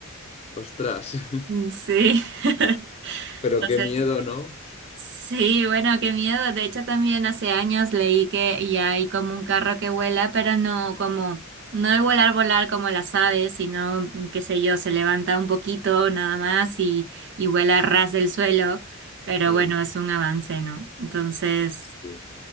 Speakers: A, on the left; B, on the right.
A: Ostras, <laughs>
B: Mm, Sí. <laughs>
A: pero
B: Entonces,
A: qué miedo, ¿no?
B: Sí, bueno, qué miedo. De hecho, también hace años leí que ya hay como un carro que vuela, pero no como, no de volar, volar como las aves, sino, qué sé yo, se levanta un poquito nada más y, y vuela a ras del suelo. Pero
A: Mm,
B: bueno, es un avance, ¿no? Entonces,
A: sí.